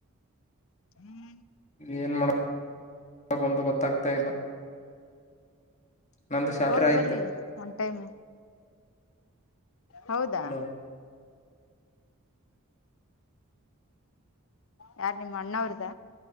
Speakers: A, on the left (about 60°); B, on the left (about 30°).
A: ಹ್ಮ್.
B: ಏನ್ ಮಾಡ <inaudible> ಒಂದು ಗೊತ್ತಾಗ್ತಾ ಇಲ್ಲ. ನಂದು ಸ್ಯಾಲ್ರಿ
A: ಹೋಗ್
B: ಆಯ್ತು
A: ಬರ್ರಿ ಒನ್ ಟೈಮ್ ಹೌದಾ.
B: ಹಲೋ
A: ಯಾರ ನಿಮ್ಮ ಅಣ್ಣ ಅವ್ರದ.